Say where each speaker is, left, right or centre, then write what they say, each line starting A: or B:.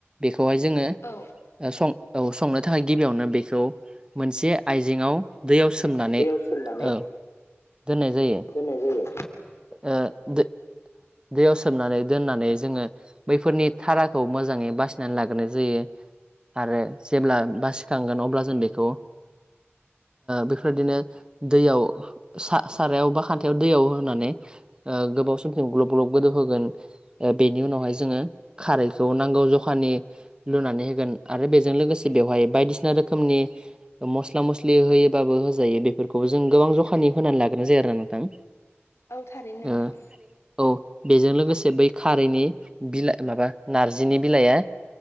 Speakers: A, on the right; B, on the left.
A: बेखौहाय जोङो
B: औ
A: ओ सं औ संनो थाखाय गिबियावनो बेखौ मोनसे आइजेङाव दैयाव सोमनानै
B: सोमनानै
A: औ दोननाय जायो
B: दोननाय जायो
A: ओ दो दैयाव सोमनानै दोननानै जोङो बैफोरनि थाराखौ मोजाङै बासिनानै लाग्रोनाय जायो आरो जेब्ला बासिखांगोन अब्ला जों बेखौ बेफोरदिनो दैयाव सा-सारायाव बा खान्थायाव दैयाव होनानै ओ गोबाव समसिम ग्लब ग्लब गोदौ होग गोन ओ बेनि उनावहाय जोङो खारैखौ नांगौ जखानि लुनानै होगोन आरो बेजों लोगोसे बेवहाय बायदिसिना रोखोमनि मस्ला मस्लि होयोबाबो होजायो बे बेफोरखौ जों गोबां जखानि होनानै लाग्रोनो जायो आरोना नोंथां
B: औ थारैनो नोंथां
A: ओ औ बेजों लोगोसे बै खारैनि बिलाइ माबा नारजिनि बिलाइया